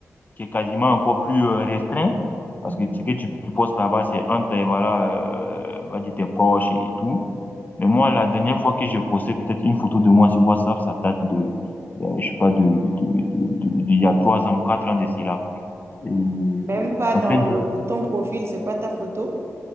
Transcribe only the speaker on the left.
qui est quasiment encore plus euh, restreint, parce
que ce que tu, tu postes là-bas, c'est entre, euh, voilà, euh, on va dire tes proches et tout. Mais moi, la dernière fois que j'ai posté peut-être une photo de moi sur WhatsApp, ça date de, euh, je sais pas, de, de, de, de, de- d'il y a trois ans ou quatre ans de cela. Et
en
fait,
j'ai-